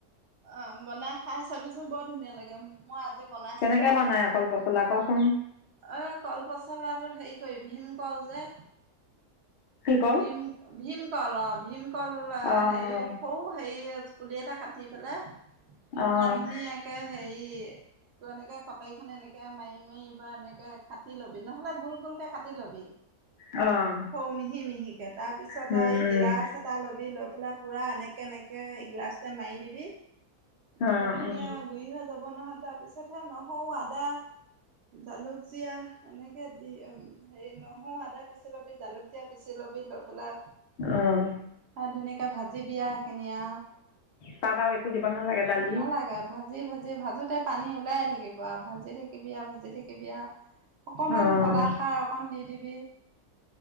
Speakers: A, on the right; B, on the left.
A: অ বনাই খাই চাবিচো বৰ ধুনীয়া লাগে। মই আজি বনাইছিলো
B: কেনেকে বনাই কল পচলা কচোন?
A: অ কলপচলাটো হেৰি কৰিবি ভীম। কল জে।
B: কি কল?
A: ভীম ভীমকল অ ভীমকল
B: অ'
A: হেৰি? সাৰিয়ে পুলি এটা কাটি পেলাই?
B: অ'
A: সেই ধুনীয়াকে হেৰি। তই এনেকে কটাৰী খনে এনেকে মাৰি মাৰি বা এনেকে কাটি ল'বি নহলে গোল গোল কে কাটি ল'বি।
B: অ' অ'
A: হ মিহি মিহি। তাৰপিছত
B: উম
A: আৰু এই
B: উম
A: গিলাচ এটা ল'বি ল'ম? পেলা পুৰা এনেক। কেনেকে গিলাছটা মাৰি দিবি? তাৰাপৰা
B: অ'
A: ধুনীয়া
B: অ'
A: গুৰি হৈ যাব নহয়? তাৰপিছতহে নহৰু আদা জালুক জীয়া এনেকে দি হে নহৰু আদা পিচি লবি জালুক জীয়া পিচি লবি লৈ পেলা?
B: অ'
A: অ ধুনিয়াকে ভাজি। য বিয়া ধনিয়া।
B: তাত আৰু একো দিব নালাগে দালি
A: নালাগে ভাজি ভাজি ভাজোতে পানী ওলাই থাকিব ভাজি থাকিবি ভাজি থাকিবি অকমান
B: অ'
A: কলাখাৰ অকন দি দিবি